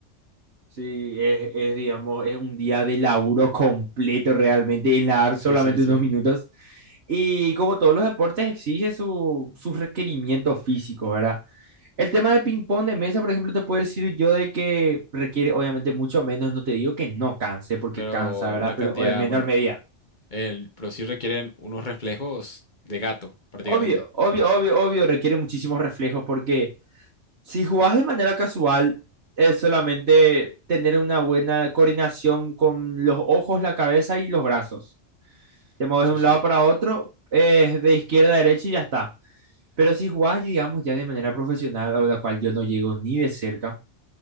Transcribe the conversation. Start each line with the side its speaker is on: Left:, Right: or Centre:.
Right: Sí, es, es, digamos, es un día de laburo completo realmente, en nadar solamente
Left: sí, sí, sí,
Right: unos minutos. Y como todos los deportes, exige su, sus requerimientos físicos, ¿verdad? El tema de ping-pong de mesa, por ejemplo, te puedo decir yo de que requiere obviamente mucho menos, no te digo que no canse, porque
Left: pero
Right: cansa, ¿verdad?
Left: una cantidad,
Right: Pero en menor
Left: bueno,
Right: medida.
Left: el, pero sí requieren unos reflejos de gato, prácticamente.
Right: Obvio, obvio, obvio, obvio, requiere muchísimos reflejos porque Si jugás de manera casual, es solamente tener una buena coordinación con los ojos, la cabeza y los brazos. Te mueves
Left: Sí,
Right: de un
Left: sí.
Right: lado para otro, eh, de izquierda a derecha y ya está. Pero si jugás, digamos, ya de manera profesional, a la cual yo no llego ni de cerca,